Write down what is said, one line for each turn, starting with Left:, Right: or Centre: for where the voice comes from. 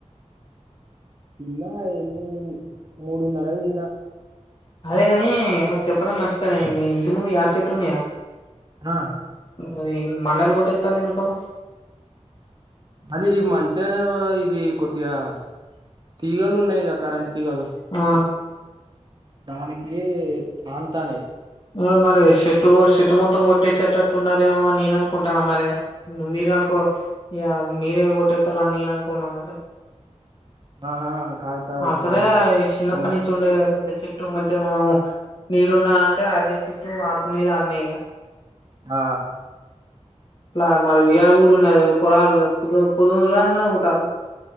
Right: ఇలా ఎన్ని మూడున్నరకు తిన్న
Left: అదే కాని చెప్పడం మర్చిపోయిన మీ ఇంటి ముందు యాప చెట్టు ఉంది కదా
Right: ఆ
Left: అది మండల్ కొట్టేత్తాలు ఎందుకో
Right: అది మంచిగా ఇది కొద్దిగా తీగాలు ఉన్నాయి కరెంట్ తీగాలు
Left: ఆ
Right: దానికి ఆనుతానయ్
Left: ఓ మరి షెట్టు షెట్టు మొత్తం కొట్టేషటట్టు ఉన్నారేమో నేననుకుంటానా మరి నువ్వు మీరు అనుకో ఇగ మీరే కొట్టేత్తాలని నేను అనుకున్నా మరి
Right: ఆహా కాదు కాదు
Left: అ సలే
Right: అది
Left: చిన్నప్పటి
Right: కొమ్మ
Left: నుంచి ఉండే పెద్ద చె ఇటు మంచిగా మనం నీడు ఉన్నంటే ఆదే చేట్టు ఆడుకునేది అన్నే ఇగ
Right: ఆ
Left: ఇలా మరి ఈయాల గూడా ఉన్నది పొరాళ్లు పోదు పొద్దుగూడం గనే పోతల్లు